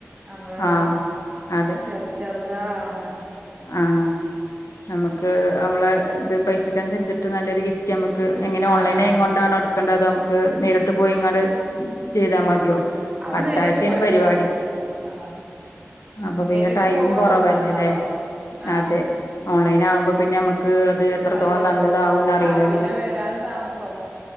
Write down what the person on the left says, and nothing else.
ആഹ് അതെ
ആഹ് നമുക്ക് നമ്മള് ഇത് പൈസക്ക അനുസരിച്ചിട്ട് നല്ലൊരു ഗിഫ് റ്റമ്മക്ക് എങ്ങനെ
ഓൺലൈൻ
ആയിക്കൊണ്ടാണോട് ക്കണ്ടതോ നമുക്ക് നേരിട്ട് പോയി ഇങ്ങാട് ചെയ്താ മതിയോ
അടുത്താഴ്ചയിന്
പരിപാടി
അപ്പൊ പിന്നെ
ടൈമും
കൊറവല്ലേല്ലേ
അതെ ഓൺലൈൻ ആകുമ്പോ പിന്നെ നമുക്ക് അത് എത്രത്തോളം
നല്ലതാവൂ ന്ന് അറിയില്ലല്ലോ